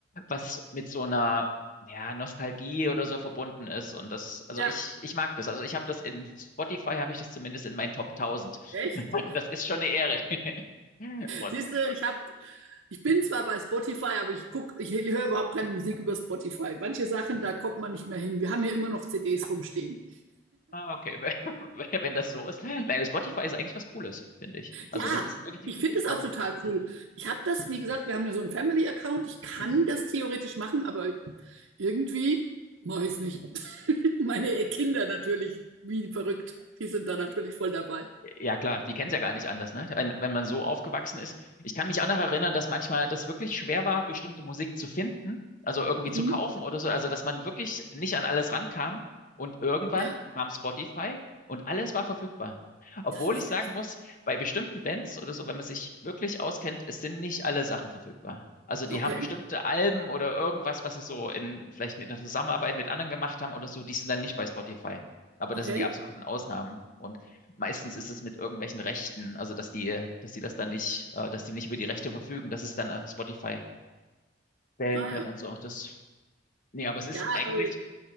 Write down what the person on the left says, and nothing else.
was mit so einer, ja, Nostalgie oder so verbunden ist. Und das, also
ich, ich mag das. Also ich habe das in Spotify, habe ich das zumindest in meinen Top tausend
<laughs> Das ist schon eine Ehre. <laughs> Und,
ah, okay, <laughs> wenn wenn das so ist. Nein, Spotify ist eigentlich was Cooles, finde ich. Also
das ist wirklich,
man,
hm,
hm.
Ja, klar, die kennen es ja gar nicht anders, ne? Wenn, wenn man so aufgewachsen ist. Ich kann mich auch noch erinnern, dass manchmal das wirklich schwer war, bestimmte Musik zu finden, also irgendwie
zu kaufen oder so. Also, dass man wirklich nicht an alles rankam. Und irgendwann
kam Spotify und alles war verfügbar. Obwohl
ich sagen
muss, bei bestimmten Bands oder so, wenn man sich wirklich auskennt, es sind nicht alle Sachen verfügbar. Also, die
haben bestimmte Alben oder irgendwas, was sie so in, vielleicht mit einer Zusammenarbeit mit anderen gemacht haben oder so, die sind dann nicht bei Spotify. Aber
das sind die absoluten Ausnahmen. Und Meistens ist es mit irgendwelchen Rechten, also dass die, dass die das dann nicht, äh, dass die nicht über die Rechte verfügen, dass es dann äh, Spotify wählen
können
und so. Das, nee, aber es ist
eigentlich,